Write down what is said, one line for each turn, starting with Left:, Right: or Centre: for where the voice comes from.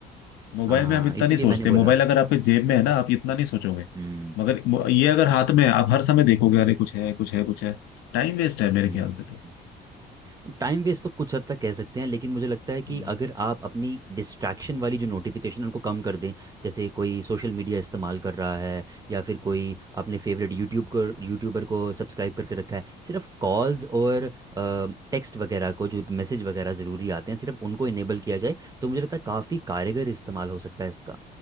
Left: मोबाइल
Right: हाँ
Left: में हम इतना
Right: इसीलिए
Left: नहीं सोचते
Right: मैंने
Left: मोबाइल
Right: बोला
Left: अगर आपके जेब में है ना आप इतना नहीं सोचोगे
Right: हम्म
Left: मगर मो- ये अगर हाथ में है आप हर समय देखोगे अरे कुछ है कुछ है कुछ है टाइम वेस्ट है मेरे
Right: हम्म
Left: ख्याल से तो
Right: टाइम वेस्ट तो कुछ हद तक कह सकते हैं लेकिन मुझे लगता है कि
Left: हम्म।
Right: अगर आप अपनी डिस्ट्रैक्शन वाली जो नोटिफिकेशन उनको कम कर दें जैसे कोई सोशल मीडिया इस्तेमाल कर रहा है या फिर कोई अपने फेवरेट यूट्यूब को यूट्यूबर को सब्सक्राइब करके रखा है सिर्फ कॉल्स और टेक्स्ट वगैरह को जो मैसेज वगैरह ज़रूरी आते हैं सिर्फ उनको इनेबल किया जाए तो मुझे लगता है काफ़ी कारगर इस्तेमाल हो सकता है इसका